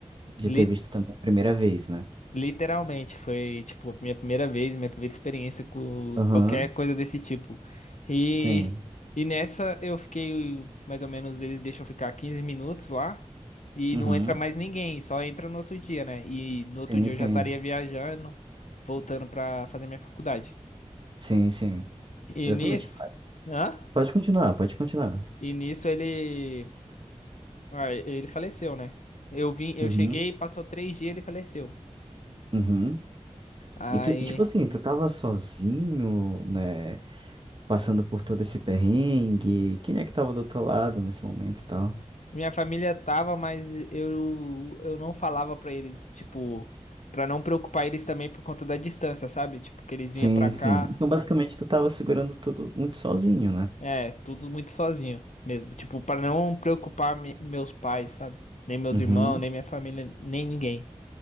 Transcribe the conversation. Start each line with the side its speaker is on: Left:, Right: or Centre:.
Right: de ter
Left: li,
Right: visto também a primeira vez, né?
Left: Literalmente, foi tipo a minha primeira vez, minha primeira experiência com
Right: Aham,
Left: qualquer coisa desse tipo. E,
Right: sim,
Left: e nessa eu fiquei mais ou menos, eles deixam ficar 15 minutos lá e
Right: uhum,
Left: não entra mais ninguém, só entra no outro dia, né? E no outro
Right: sim,
Left: dia
Right: sim,
Left: eu já estaria viajando, voltando pra fazer minha faculdade.
Right: sim, sim,
Left: E
Right: exatamente.
Left: nisso, hã?
Right: Pode continuar, pode continuar.
Left: E nisso ele, ah, ele faleceu, né? Eu vim, eu
Right: Uhum,
Left: cheguei, passou três dias, ele faleceu.
Right: uhum.
Left: Aí
Right: E, tu, e tipo assim, tu tava sozinho, né? passando por todo esse perrengue. Quem é que tava do outro lado nesse momento e tal?
Left: Minha família tava, mas eu, eu não falava pra eles, tipo, pra não preocupar eles também por conta da distância, sabe? Tipo, que eles vinham
Right: Sim,
Left: pra cá,
Right: sim. Então, basicamente, tu tava segurando tudo muito sozinho, né?
Left: é, tudo muito sozinho mesmo. Tipo, pra não preocupar me- meus pais, sabe? Nem meus
Right: Uhum.
Left: irmãos, nem minha família, nem ninguém.